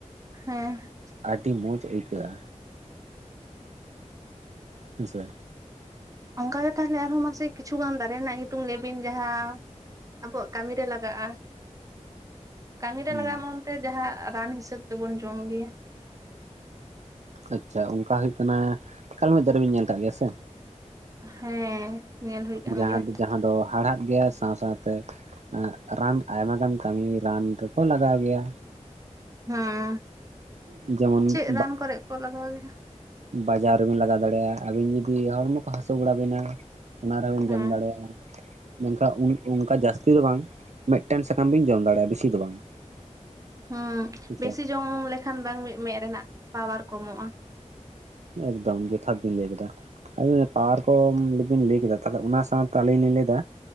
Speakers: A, on the right; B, on the right.
A: ᱦᱮᱸ
B: ᱟᱹᱰᱤ ᱢᱚᱡᱽ ᱟᱹᱭᱠᱟᱹᱜᱼᱟ ᱦᱩᱸᱥᱮ
A: ᱚᱱᱠᱟᱟᱜ ᱜᱮ ᱛᱟᱦᱚᱞᱮ ᱟᱨᱦᱚᱸ ᱢᱟᱥᱮ ᱠᱤᱪᱷᱩᱜᱟᱱ ᱫᱟᱨᱮ ᱨᱮᱱᱟᱜ ᱧᱩᱛᱩᱢ ᱞᱟᱹᱭ ᱵᱤᱱ ᱡᱟᱦᱟᱸ ᱟᱵᱚᱣᱟᱜ ᱠᱟᱹᱢᱤ ᱨᱮ ᱞᱟᱜᱟᱜᱼᱟ ᱠᱟᱹᱢᱤ ᱨᱮ
B: ᱦᱩᱸ
A: ᱞᱟᱜᱟ-ᱟ ᱢᱚᱱᱛᱮ ᱡᱟᱦᱟᱸ ᱨᱟᱱ ᱦᱤᱥᱟᱹᱵ ᱛᱮᱵᱚᱱ ᱡᱚᱢ ᱜᱮᱭᱟ
B: ᱟᱪᱪᱷᱟ ᱚᱱᱠᱟ ᱦᱩᱭᱩᱜ ᱠᱟᱱᱟ ᱠᱟᱞᱢᱮᱫ ᱫᱟᱨᱮ ᱵᱤᱱ ᱧᱮᱞ ᱟᱠᱟᱫ ᱜᱮᱭᱟ ᱥᱮ
A: ᱦᱮᱸ ᱧᱮᱞ ᱦᱩᱭ ᱠᱟᱱ
B: ᱡᱟᱦᱟᱸ
A: ᱜᱮᱭᱟ
B: ᱫᱚ ᱡᱟᱦᱟᱸ ᱫᱚ ᱦᱟᱲᱦᱟᱫ ᱜᱮᱭᱟ ᱥᱮ ᱥᱟᱶ ᱥᱟᱶᱛᱮ ᱨᱟᱱ ᱟᱭᱢᱟ ᱜᱟᱱ ᱠᱟᱹᱢᱤ ᱨᱟᱱ ᱨᱮᱠᱚ ᱞᱟᱜᱟᱣ ᱜᱮᱭᱟ
A: ᱦᱮᱸ
B: ᱡᱮᱢᱚᱱ
A: ᱪᱮᱫ ᱨᱟᱱ ᱠᱚᱨᱮ ᱠᱚ ᱞᱟᱜᱟᱣ ᱜᱮᱭᱟ?
B: ᱵᱟᱡᱟᱣ ᱨᱮ ᱵᱮᱱ ᱞᱟᱜᱟᱣ ᱫᱟᱲᱮᱭᱟᱜᱼᱟ ᱟᱹᱵᱤᱱ ᱡᱩᱫᱤ ᱦᱚᱲᱢᱚ ᱠᱚ ᱦᱟᱹᱥᱩ ᱵᱟᱲᱟ ᱵᱤᱱᱟ ᱚᱱᱟ ᱨᱮᱵᱚᱸᱱ
A: ᱦᱮᱸ
B: ᱡᱚᱢ ᱫᱟᱲᱮᱭᱟᱜᱼᱟ ᱢᱮᱱᱠᱷᱟᱱ ᱚᱱᱠᱟ ᱡᱟᱹᱥᱛᱤ ᱫᱚ ᱵᱟᱝ ᱢᱤᱫᱴᱟᱱ ᱥᱟᱠᱟᱢ ᱵᱤᱧ ᱡᱚᱢ ᱫᱟᱲᱮᱭᱟᱜᱼᱟ ᱵᱤᱥᱤ ᱫᱚ ᱵᱟᱝ
A: ᱦᱮᱸ
B: ᱦᱮᱸᱥᱮ
A: ᱵᱮᱥᱤ ᱡᱚᱢ ᱞᱮᱠᱷᱟᱱ ᱵᱟᱝ ᱢᱤᱫ ᱢᱮᱫ ᱨᱮᱱᱟᱜ ᱯᱟᱣᱟᱨ ᱠᱚᱢᱚᱜᱼᱟ
B: ᱮᱠᱫᱚᱢ ᱡᱚᱛᱷᱟᱛ ᱵᱤᱱ ᱞᱟᱹᱭ ᱠᱮᱫᱟ ᱟᱹᱵᱤᱱ ᱯᱟᱣᱟᱨ ᱠᱚ ᱵᱤᱱ ᱞᱟᱹᱭ ᱠᱮᱫᱟ ᱛᱟᱦᱚᱞᱮ ᱚᱱᱟ ᱥᱟᱶᱛᱮ ᱟᱹᱞᱤᱧ ᱞᱤᱧ ᱞᱟᱹᱭᱮᱟ